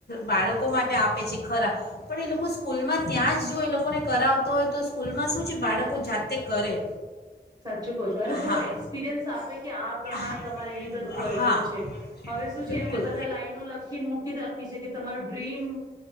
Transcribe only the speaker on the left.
બાળકો માટે આપે છે ખરા, પણ એ લોકો સ્કૂલમાં ત્યાં જ જો એ લોકોને કરાવતા હોય તો સ્કૂલમાં શું છે બાળકો જાતે કરે.
હા
હા
હા
બિલકુલ